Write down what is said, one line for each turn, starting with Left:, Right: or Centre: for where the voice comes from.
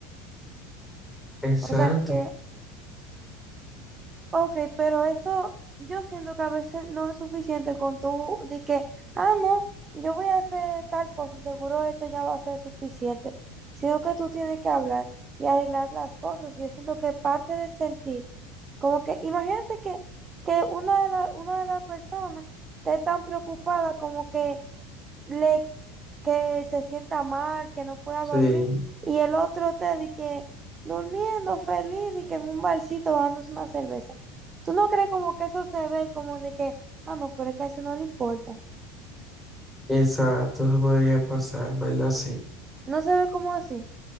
Centre: Exacto.
Right: O sea, que Ok, pero eso yo siento que a veces no es suficiente con tú de que, ah, no, yo voy a hacer tal cosa y seguro esto ya va a ser suficiente, sino que tú tienes que hablar y arreglar las cosas. Y yo siento que parte del sentir, como que imagínate que, que una de las una de las personas esté tan preocupada como que le que se sienta mal, que no pueda
Centre: Sí,
Right: dormir, y el otro te di que durmiendo feliz, y que en un barcito bajándose una cerveza. ¿Tú no crees como que eso se ve como de que, ah, no, pero es que a ese no le importa?
Centre: exacto, se podría pasar, ¿verdad? Sí.
Right: No se ve como así,